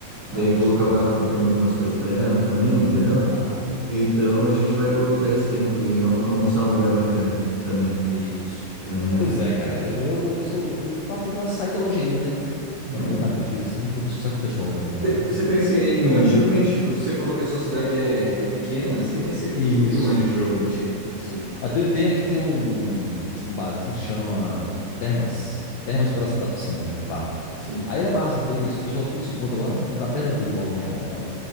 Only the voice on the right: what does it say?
daí
eu vou
acabar comprando algumas coisas pra ela também, entendeu?
Então a gente vai aproveitar esse tempo e al- almoçar em um lugar bacana também,
né?
Né?
Você pensa em onde? Geralmente, tipo, você falou que a sua cidade é pequena, assim, mas você costuma
ir onde, geralmente? Assim.
Hum,
sim.